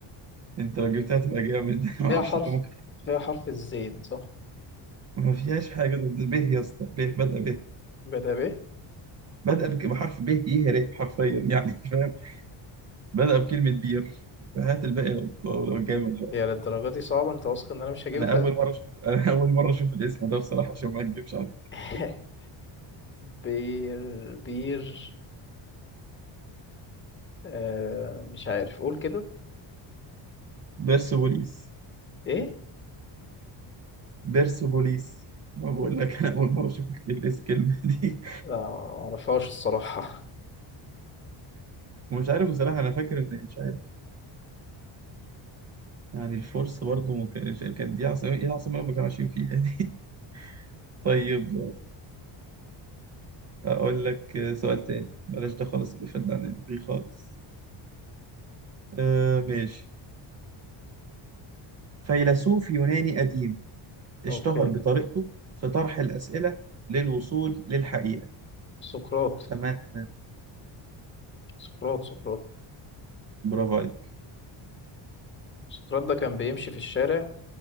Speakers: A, on the right; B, on the left.
A: أنت لو جبتها تبقى جامد <laughs> معرفش
B: فيها حرف
A: أنت ممكن
B: فيها حرف الزين صح
A: ما فيهاش حاجة ده ده به يا اسطى به بدأ به
B: بدأ ب
A: بدأ بك- بحرف به يهره حرفيا يعني <laughs> فاهم بدأ بكلمة بير فهات الباقي لو لو لو جامد بقى
B: هي للدرجة دي صعبة انت واثق ان انا مش هجيبها
A: أنا أول مرة أشوف أنا <laughs> أول مرة أشوف الاسم ده بصراحة عشان ما أكدبش عليك
B: <laughs> بير بير آه مش عارف قول كده
A: بيرسوبوليس
B: ايه
A: بيرسوبوليس ما بقول لك أنا أول مرة أشوف ال- الاس الكلمة دي
B: لا معرفهاش الصراحة
A: <laughs> ومش عارف بصراحة أنا فاكر إن مش عارف يعني الفرس برضه ممكن كان دي عاصمة إيه العاصمة اللي ما كانوا عايشين فيها دي <laughs> طيب أقول لك سؤال تاني بلاش ده خالص اللي فات ده عن الغي خالص آه ماشي فيلسوف يوناني قديم اشتهر
B: <laughs> اوكي
A: بطريقته في طرح الأسئلة للوصول للحقيقة
B: سقراط
A: فمن أنا؟
B: سقراط سقراط
A: برافو عليك
B: سقراط ده كان بيمشي في الشارع